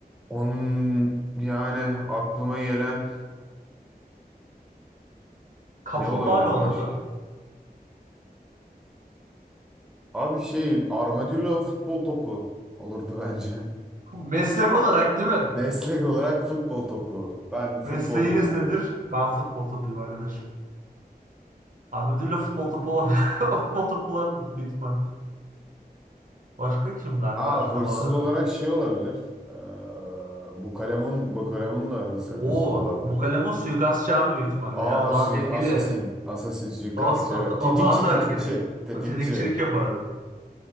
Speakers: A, in the centre; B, on the right.
A: Onun yani aklıma gelen
B: Kaplumbağa
A: ne olabilir
B: ne olurdu?
A: başka? Abi şey armadillo futbol topu olurdu bence.
B: <laughs> Meslek olarak değil mi?
A: Meslek olarak futbol topu. Ben futbol
B: Mesleğiniz
A: topu.
B: nedir? Ben futbol topuyum arkadaş. Armadillo futbol topu olabilir. <laughs> Futbol topu olabilir. Büyük ihtimal. Başka kimler var
A: Aa
B: havalı?
A: hırsız olarak şey olabilir. Ee, bu kalemun bu kalemun da hırsız,
B: Oo,
A: hırsız olabilir.
B: bu kalem o suikastçı abi büyük ihtimalle
A: Aa
B: ya. O daha
A: suik
B: tehlikeli.
A: asasin. Asasin suikastçı
B: Daha, o,
A: evet. Tetikçi
B: o daha tehlikeli.
A: tetikçi. Tetikçi.
B: O tetikçilik yapardı.